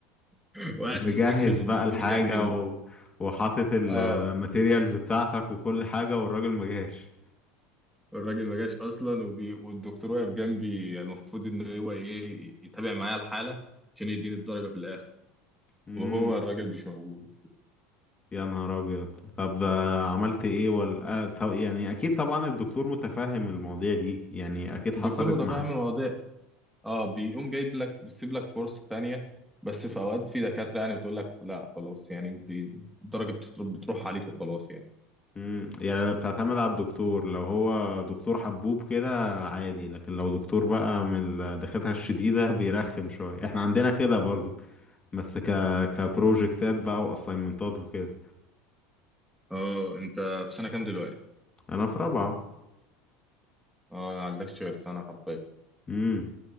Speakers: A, in the centre; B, on the left.
A: <laughs> وقاعد
B: مجهز
A: في السكشن والدكتور
B: بقى الحاجة
A: جنبي الم...
B: و... وحاطط الماتيريالز
A: اه
B: بتاعتك وكل حاجة والراجل ما جاش
A: الراجل ما جاش اصلا وبي... والدكتور واقف جنبي المفروض ان هو ايه يتابع معايا الحاله عشان يديني الدرجه في الاخر
B: امم
A: وهو الراجل مش موجود
B: يا نهار ابيض طب ده عملت ايه ولا آه، طب يعني اكيد طبعا الدكتور متفهم المواضيع دي يعني اكيد
A: الدكتور
B: حصلت
A: متفاهم
B: مع
A: الوضع اه بيقوم جايب لك بيسيب لك فرصه ثانيه بس في اوقات في دكاتره يعني بتقول لك لا خلاص يعني بي... الدرجه بتتر- بتروح عليك وخلاص يعني
B: امم يعني بتعتمد على الدكتور لو هو دكتور حبوب كده عادي لكن لو دكتور بقى من الدكاترة الشديدة <laughs> بيرخم شوية احنا عندنا كده برضو بس ك كبروجكتات بقى واساينمنتات وكده
A: اه انت في سنه كام دلوقتي
B: انا في رابعة
A: اه ما عندكش غير سنه حرفيا
B: امم